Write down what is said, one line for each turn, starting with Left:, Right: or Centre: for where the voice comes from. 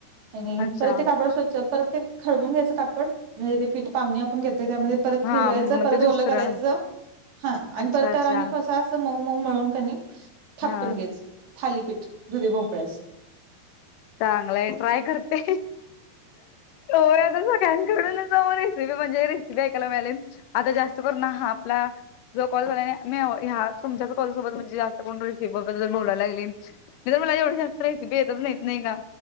Right: आणि
Left: अच्छा
Right: परत ते कापड स्वच्छ. परत ते खडबून घ्यायचं कापड म्हणजे ते. पीठ पावणी आपण घेतेय त्यामध्ये परत
Left: हा
Right: भिजवायचं
Left: म्हणजे
Right: परत ओल
Left: दुसरं
Right: करायचं. हा आणि
Left: अच्छा
Right: तरतर
Left: अच्छा
Right: आणि फस अस मऊ मऊ मळून कनी थापटून
Left: हा
Right: घ्यायच. थालीपीठ दुधी भोपळायचं.
Left: चांगले ट्राय करते, ओव्हराच वाटतंय. प्लॅन कडून जा रेसिपी म्हणजे रेसिपी ऐकायला मिळाली आता जास्त करून हा आपला. ज कॉल झाला आणि आ ह्या तुमच्या कॉलसोबत म्हणजे जास्त कोणी रेसिपी बद्दल बोलायला लागली. नाहीतर मला येवढ्या रेसिपी येतच नाहीत, नाही का.